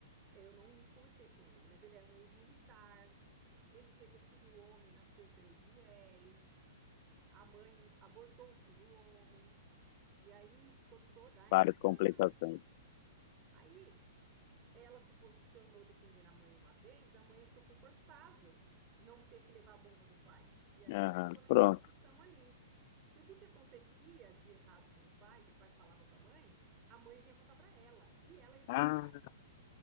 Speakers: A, on the right (about 30°); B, on the left (about 45°).
A: é, eu não conversei com ele, mas ele era um ex-militar, ele queria filho homem, nasceu três mulheres, a mãe abortou um filho homem, e aí ficou toda
B: várias
A: essa.
B: complicações.
A: esse- Aí ela se posicionou defendendo a mãe uma vez, a mãe achou confortável não ter que levar a bomba do pai. E aí
B: Aham,
A: ficou naquela
B: pronto.
A: posição ali. Tudo que acontecia de errado com o pai, que o pai falava para a mãe, a mãe vinha contar para ela, e ela ia brigar
B: Ah,
A: com o pai.